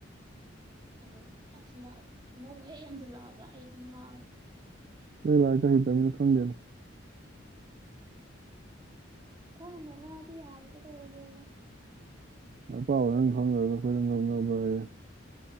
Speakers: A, on the right (about 25°); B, on the right (about 45°).
A: ꯑꯗꯨꯝ ꯌꯥꯎꯁꯜꯂꯛꯑꯕꯅꯦ ꯑꯅꯧꯕ ꯍꯦꯛ ꯌꯥꯟꯖꯜꯂꯛꯑꯕ ꯑꯩ ꯑꯗꯨꯝ ꯉꯥꯎꯔꯦ
B: ꯂꯥꯏꯔꯤꯛ ꯍꯩꯇꯝꯅꯤꯅ ꯈꯪꯗꯦꯗ
A: ꯑꯁ ꯈꯔ ꯅꯣꯛꯅꯔꯗꯤ ꯌꯥꯔꯦ ꯀꯩꯗꯧꯔꯒꯦ
B: ꯂꯥꯏꯔꯤꯛ ꯄꯥꯕ ꯅꯣꯏꯅ ꯈꯪꯗ꯭ꯔꯒ ꯑꯩꯈꯣꯏꯗ ꯅꯣꯛꯅꯕꯔꯌꯦ